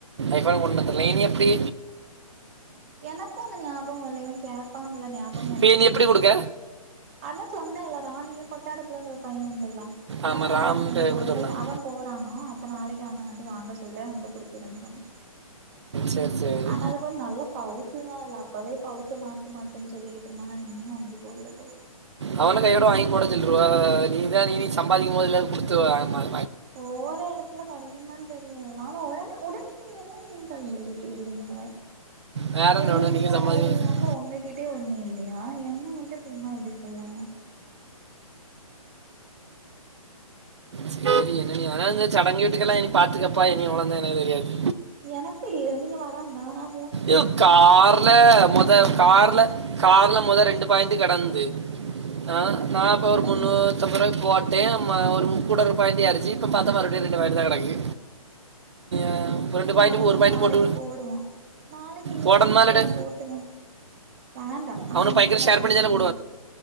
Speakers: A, on the right; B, on the right.
A: இப்ப கொண்டு வந்துல இனி எப்டி
B: எனக்கு அந்த ஞாபகோல்ல இவன் கேட்பான் உள்ள ஞாப கோ
A: இப்போ
B: எனக்கு
A: நீ எப்படி
B: இல்ல
A: கொடுக்க
B: அதா சொன்னே இல்ல ராம் இங்க கொட்டாரத்துல இருந்து ஒரு பையன் உண்டுல்ல
A: ஆமாம்
B: அதனா
A: ராம்கிட்ட
B: நாளைக்கு வந்து வாங்க
A: கொடுத்து விடலாம்
B: சொன் அவன் போறானா இப்ப நாளைக்கு அவன வந்து வாங்க சொல்றேன் அவனிட்ட குடுத்து விடுங்கனு சொன்னா
A: சரி சரி
B: ஆனா அதுக்கு ஒரு நல்ல பவுச்சு தான் இல்ல அப்பவே பவுச்ச மாத் மாத்தன்னு சொல்லிக்கிட்டு இருந்தான் இன்னு வாங்கி போடல பவுச்
A: அவன கையோட வாங்கி போடச்சில்ருவா நீதான் நீ இனி சம்பாதிக்கும் போது இல்ல குடுத்து வாங்மாற
B: போற இடத்துல கிடைக்குமானு தெரியாதுல்லா ஆனா உடன உடனே நீ எல்லா என் தலைல கட்டிருவீங்க
A: வேற
B: ஒரு
A: என்ன வேணும்
B: லட்சந்தா
A: நீங்கள் சம்பாதிக்க
B: சேலரி வாங்க உங்ககிட்டயே ஒண்ணு இல்லையா என்ன மட்டும் சும்மா எப்டி சொல்லாங்க
A: சேரி என்ன இனி ஆனா இந்த சடங்கு வீட்டுக்கெல்லா இனி பாத்துக்கப்பா இனி அவ்ளந்தா எனக்கு தெரியாது
B: எனக்கு தெரியது நீங்க வரண்டா நாப்
A: இ கார்ல முத
B: ரூபான்னு
A: கார்ல
B: சொன்னீங்க
A: கார்ல முதல் ரெண்டு பய்ந்து கிடந்து ஆஹ் நான்ப்ப ஒரு முன்னூத்தம்புரூவாக்கு
B: ம்
A: போட் தேமாரு கூட்ட பயண்டி ஆயிச்சு இப்ப பாத்தா மறுபடியும் ரெண்டு பாயிண்ட் தான் கிடக்கு அஹ்,
B: நீ
A: ரெண்டு
B: இல்லாமே
A: பாயிண்ட்
B: இனி
A: ஒரு பாயிண்ட்
B: நாளைக்கு
A: போட்டு
B: போடுவோம் நாளைக்கு இனி
A: போட்டோம்னாலடு
B: எப்படியோ ஃபுல்லா போட்டுதான் வேண்டா அவன்
A: அவனு
B: இனி
A: பயங்கர
B: ஃபுல்லா
A: ஷேர்
B: போட்டுட்டுதான்
A: பண்ணி தானே
B: உடு